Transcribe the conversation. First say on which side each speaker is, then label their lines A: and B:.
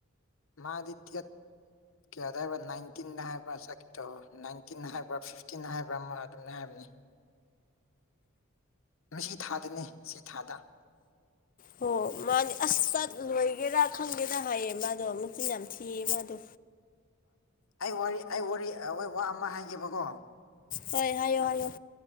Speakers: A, on the left (about 65°); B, on the left (about 40°).
A: ꯃꯥꯗꯤ ꯗꯦꯠ ꯀꯌꯥꯗ ꯍꯥꯏꯕ ꯅꯥꯏꯟꯇꯤꯟ ꯍꯥꯏꯕ꯭ꯔ ꯆꯠꯀꯦ ꯇ ꯅꯥꯏꯟꯇꯤꯟ ꯍꯥꯏꯕ꯭ꯔ ꯐꯤꯐꯇꯤꯟ ꯍꯥꯏꯕ꯭ꯔ ꯑꯃ ꯑꯗꯨꯝꯅ ꯍꯥꯏꯕꯅꯦ ꯉꯁꯤ ꯊꯥꯗꯅꯦ ꯁꯤ ꯊꯥꯗ
B: ꯍꫭ ꯃꯥꯅꯤ ꯑꯁ ꯆꯠꯂꫭꯏꯒꯦꯔ ꯈꯪ ꯆꯦꯅ ꯍꯥꯏꯌꯦ ꯃꯥꯗꯣ ꯃꯆꯤꯟ ꯌꯥꯝ ꯊꯤꯌꯦ ꯃꯥꯗꯣ
A: ꯑꯩ ꯋꯥꯔꯤ ꯑꯩ ꯋꯥꯔꯤ ꯋꯥ ꯑꯃ ꯍꯥꯏꯒꯦꯕꯀꯣ
B: ꯍꫭꯏ ꯍꯥꯏꯌꯣ ꯍꯥꯏꯌꯣ